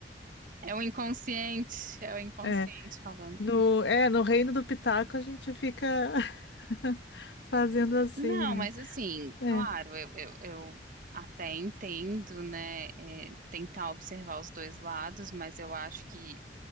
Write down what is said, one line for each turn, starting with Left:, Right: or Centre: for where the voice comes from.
Right: É o inconsciente, <laughs> é o inconsciente
Left: É,
Right: falando.
Left: no, é, no reino do Pitaco a gente fica <laughs> fazendo assim,
Right: Não,
Left: né?
Right: mas assim,
Left: É.
Right: claro, eu, eu, eu até entendo, né, é, tentar observar os dois lados, mas eu acho que